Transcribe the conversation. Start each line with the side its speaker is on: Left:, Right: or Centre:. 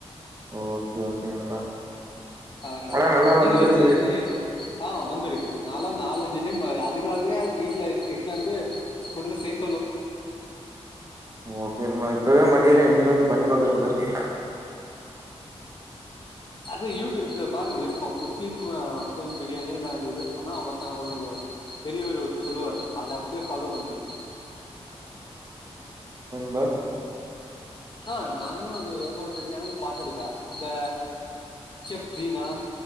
Right: ஓகே, ஓகே நண்பா.
Left: அதனால
Right: ஆனா நல்லா
Left: நீங்களு
Right: வந்திருக்கு
Left: சி தனியா ஆ வந்திருக்கு நாலா நாலஞ்சு டைம் அ அதுக்காகவே வீட்ல எட்டுனுவந்து குடுக்க செய்
Right: ஓகே நண்பா இப்பவே மதியான எடுத் எடுத்துட்டு வந்து பண்ணி பாக்குற பாருங்க,
Left: அது யூடியூப்ல பாருங்க இருக் கு முஸ்லீம் அ ஸ்டைல் பிரியாணி இல்ல இதுன்னு சொன்னா ஒருத்த ஒரு பெரியவர் வந்து சொல்லுவாரு அத அப்டியே ஃபாலோ பண்ணுங்க
Right: பா
Left: ஆ நானு அது ஏகப்பட்ட சேனல் பாத்துருக்க இந்த செஃப் தீனா